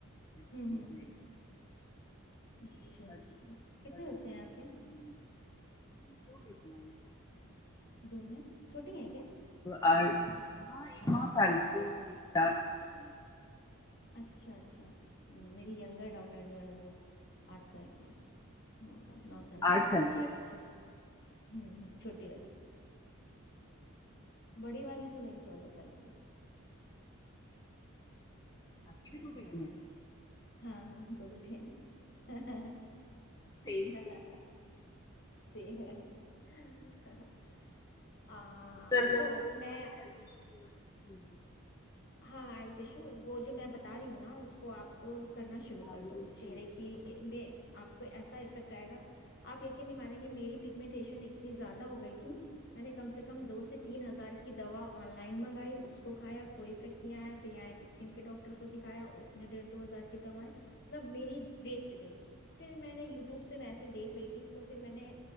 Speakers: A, on the left; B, on the left.
A: ہوں
B: سٹ ہو
A: ہوں
B: جائے گی نیکسٹ
A: اچھا
B: تھرٹی
A: اچھا کتنے
B: تھرٹی
A: بچے
B: تک ہے
A: اپ کے
B: تھرٹی <inaudible>
A: دو ہیں چھوٹی ہیں کیا
B: اور ہاں ایک نو سال کی ہو اور ایک چار سال کی
A: اچھا اچھا میری
B: ہے
A: ینگر ڈاٹر جو ہے وہ آٹھ سال کی ہے نو س نو سال کی
B: آٹھ ہے آپ کی
A: چ
B: بیٹی
A: ہوں ہ چھوٹی والی بڑی والی تو میری چودہ سال کی ہے
B: آپ
A: اس
B: کی بھی
A: ٹائم
B: دو
A: پہ
B: بیٹیاں
A: ہائی اسکول
B: ہیں
A: ہاں ہاں دو بیٹھیاں ہیں <unintelligible>
B: سیم
A: سیم ہے آ
B: کل
A: وہ میں
B: ہیلتھ ایشو کے ہوں ہوں ہ
A: ہاں ہیلتھ ایشو وہ جو میں بتا رہی ہوں نا اس کو آپ کرنا شروع
B: ہاں
A: کر
B: مجھے
A: دو
B: اسکن
A: چہرے کی میں آپ کو ایسا افیکٹ آئے گا آپ یقین نہیں مانیں گے میری پگمنٹیشن اتنی زیادہ ہو گئی تھی میں نے کم سے کم
B: ہوں
A: دو سے تین ہزار کی کی دوا آن لائن منگائی اس کو کھایا کوئی افیکٹ نہیں آیا پھر یہاں ایک اسکن کے ڈاکٹر کو دکھایا اس نے ڈیڑھ دو ہزار کی دوائیں مطلب میری ویسٹ گئی پھر میں نے یوٹیوب سے میں ایسے دیکھ رہی تھی تو پھر میں نے